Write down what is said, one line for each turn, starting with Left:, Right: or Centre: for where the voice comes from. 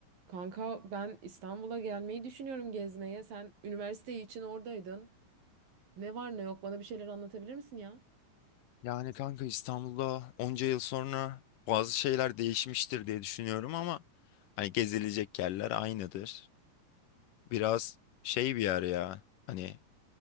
Right: Kanka ben İstanbul'a gelmeyi düşünüyorum gezmeye. Sen üniversite için oradaydın. Ne var ne yok bana bir şeyler anlatabilir misin ya?
Left: Yani kanka İstanbul'da onca yıl sonra bazı şeyler değişmiştir diye düşünüyorum ama hani gezilecek yerler aynıdır. Biraz şey bir yer ya. Hani